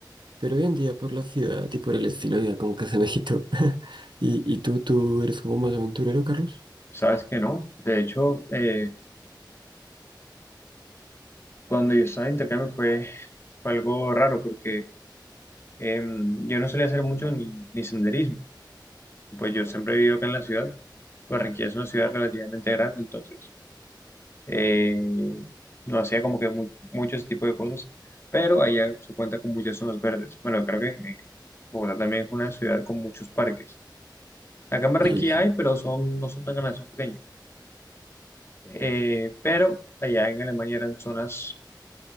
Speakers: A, on the right; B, on the left.
A: pero hoy en día por la ciudad y por el estilo de vida como que se me quitó. <laughs> ¿Y, y tú, tú eres como más aventurero, Carlos?
B: sabes que no? De hecho, eh, Cuando yo estaba de intercambio fue, fue algo raro porque em, yo no solía hacer mucho ni, ni senderismo. Pues yo siempre he vivido acá en la ciudad. Barranquilla es una ciudad relativamente grande, entonces eh, no hacía como que mu- mucho ese tipo de cosas. Pero allá se cuenta con muchas zonas verdes. Bueno, creo que eh, Bogotá también es una ciudad con muchos parques. Acá en Barranquilla
A: Sí, sí.
B: hay, pero son, no son tan grandes, son pequeños. Eh, pero allá en Alemania eran zonas